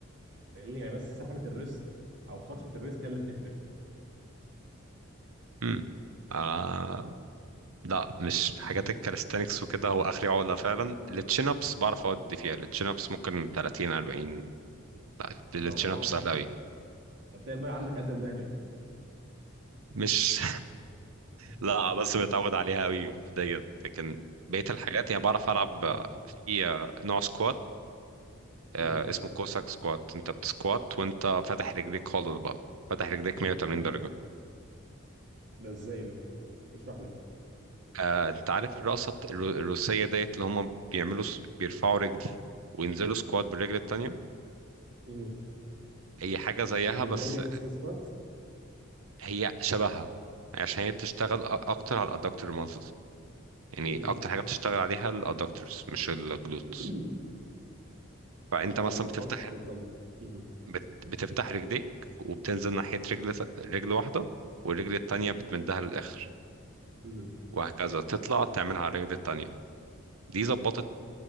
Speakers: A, on the right (about 55°); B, on the right (about 80°).
A: فاهمني هي بس سحبه الريست او خطفه الريست هي اللي بتفرق
B: امم آه لا مش في
A: مم.
B: حاجات الكاليستانكس وكده هو اخري عقله فعلا التشين ابس بعرف اودي فيها التشين ابس ممكن 30 40 لا
A: ما شاء
B: التشين
A: الله
B: ابس سهله قوي
A: هتلاقي بقى عندك قد دماغي
B: مش
A: <laughs>
B: لا بس متعود عليها قوي في ديت لكن بقية الحاجات يعني بعرف ألعب
A: مم.
B: في آه، نوع سكوات آه،
A: مم.
B: اسمه كوساك سكوات انت بتسكوات وانت فاتح رجليك خالص بقى فاتح رجليك 180
A: مم.
B: درجة
A: ده ازاي ده اشرح
B: آه، انت عارف الرقصة الت- الر- الروسية ديت اللي هم بيعملوا س- بيرفعوا رجل وينزلوا سكوات بالرجل التانية
A: لي
B: هي حاجة زيها
A: البلغاريان
B: بس
A: سبيس كوات
B: هي شبهها عشان هي بتشتغل أ- أكتر على الأدكتور مازلز يعني
A: مم.
B: أكتر حاجة بتشتغل عليها الأدكتورز مش الجلوتس
A: <clears throat> انت
B: فأنت مثلا
A: بتحاول
B: بتفتح
A: تنضم مم.
B: بت... بتفتح رجليك وبتنزل ناحية رجل رجل واحدة والرجل التانية بتمدها للآخر
A: مم.
B: وهكذا تطلع تعملها على الرجل التانية دي ظبطت